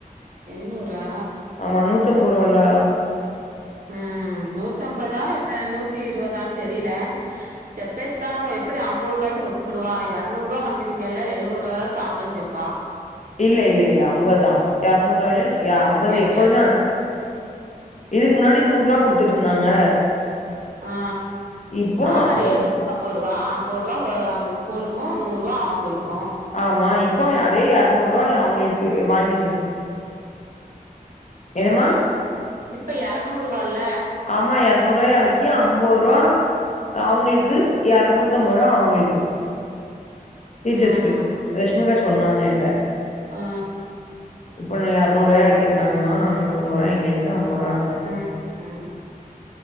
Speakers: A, on the right; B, on the left.
A: எண்ணூரா?
B: ஆமா நூத்தம்பது ரூவல்ல
A: ம் நூத்தம்பதா இல்ல நூத்தி இருவதான்னு தெரியல செப்பேஸ் தானு எப்டி அம்பதுருவாய்க்கு ஒத்துக்குடுவா எரநூறுவா வாங்குரிங்கல்ல எழுவது ரூவாயாவது தாங்கன் கேப்பா
B: இல்ல இல்ல இல்ல அம்பதா எரநூறு ரூவாய்ல அம்பது
A: கேட்டியால்ல
B: எப்போதுமே இதுக்கு முன்னாடி நூர்ருவா குடுத்துட்டு இருந்தாங்க
A: ஆ
B: இப்போ
A: ஆமாடி
B: அம்பது
A: ம்பதுருவா அம்பருவா அவங்க ஸ்கூலுக்கு நூறு ருவா அவங்களுக்கு
B: ஆமா இப்போ அதே எரநூர்ருவா அவங்களுக்கு வாங்கிச்சே என்னம்மா
A: இப்ப எரநூருவால
B: ஆமா எரநூர்ருவாய் ஆக்கி அம்பருவா அவங்களுக்கு எரணுத்தம்பருவா அவங்களுக்கு டீச்சர்ஸ்கு
A: ம்
B: ரஷ்மிகா சொன்னாங்க ஏன்ட
A: ஆ
B: இப்போ எரநூருவாய் ஆக்கிருக்காங்கம்மா நூத்தம்பது ருவாய் எங்களுக்கு அம்பது ருவா அங்கன்னு
A: ம் ம்